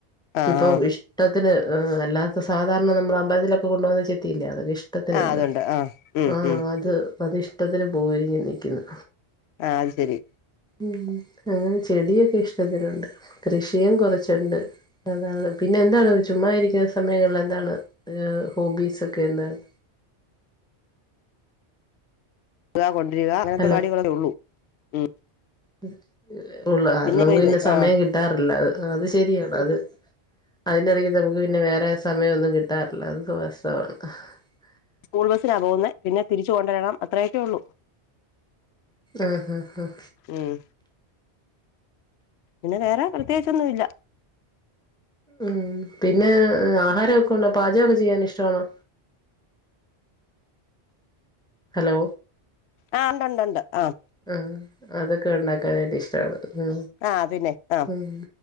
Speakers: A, on the left (about 75°); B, in the centre.
A: ആഹ്
B: ഇപ്പം
A: ആഹ്
B: ഇഷ്ട ത്തിന് ഉം അല്ലാത്ത സാധാരണ നമ്മള് അമ്പൽതിലൊക്കെ കൊണ്ടു പോന്ന ചെത്തിയില്ലെ അതൊക്കെ ഷ് ട്ടത്തിന്ണ്ട്
A: ആഹ് അതുണ്ട് ആഹ് ഉം
B: ആഹ്
A: ഉം
B: അത് അതിഷ് ട്ടത്തിന് പൂവിരിഞ്ഞ് നിക്ക്ന്ന്
A: ആഹ് അത് ശരി
B: ഉം അങ്ങനെ ചെടിയൊക്കെ ഇഷ്ടത്തിനൊണ്ട് കൃഷിയും കൊറച്ച്ണ്ട് അതാണ് പിന്നെന്താണ് ചുമ്മാ ഇരിക്കാൻ സമയങ്ങൾ എന്താണ് ഏ ഹോബീസ് ഒക്കെ എന്തണ്
A: <unintelligible>
B: ഹലോ
A: <unintelligible> ഉം
B: <unintelligible> എ ഉള്ളോ
A: പിന്നെ
B: <unintelligible>
A: ഇപ്പ ഇത്
B: ന്നെ സമയം
A: ആഹ്
B: കിട്ടാറില്ല അത് ശരിയാണ് അത് അയ്ൻ്റെടക്ക് നമുക്ക് പിന്നെ വേറെ സമയൊന്നും കിട്ടാർല്ല <unintelligible>
A: സ്കൂൾ ബസ്സിനാ പോന്നെ പിന്നെ തിരിച്ചു <unintelligible> അത്രെയക്കെ ഒള്ളു
B: ആഹ് ഹ ഹ
A: ഉം പിന്നെ വേറെ പ്രത്യേയിച്ചൊന്നു ഇല്ല
B: ഉം പിന്നെ എ ആഹാരൊക്കണ്ടൊ പജോക്കെ ചെയ്യാൻ ഇഷ്ടവാണോ ഹലോ
A: ആഹ് ഉണ്ട് ഉണ്ട് ഉണ്ട് ആഹ്
B: ആഹ് അതൊക്കെ ഒണ്ടാക്കാനായ്റ്റ് ഇഷ്ടാണ് അഹ്
A: ആഹ് പിന്നെ ആഹ്
B: ഉം